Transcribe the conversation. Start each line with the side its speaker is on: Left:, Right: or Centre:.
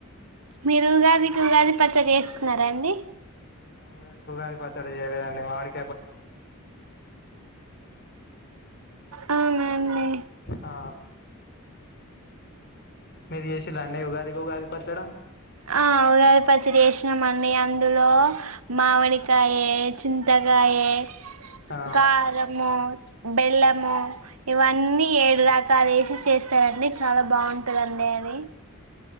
Right: మీరు ఉగాదికి ఉగాది పచ్చడి చేసుకున్నారాండి.
Left: మేము ఉగాదికి ఉగాది పచ్చడిచేయలేదండి మామిడి కా
Right: ఆ మేమ్లే
Left: ఆ మీరు చచేసిర్రా అండి ఉగాదికిఉగాది పచ్చడ
Right: ఆ ఉగాది పచ్చడి చేసినామండి అందులో మామిడికాయే చింతకాయే
Left: ఆ
Right: కారము బెల్లము ఇవన్నీ ఏడు రకాలు వేసి చేస్తారండి చాలా బాగుంటదండి అది